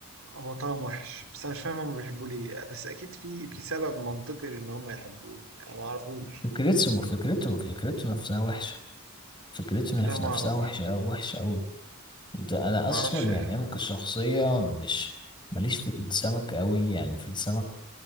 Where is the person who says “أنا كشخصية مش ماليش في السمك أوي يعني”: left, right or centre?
Left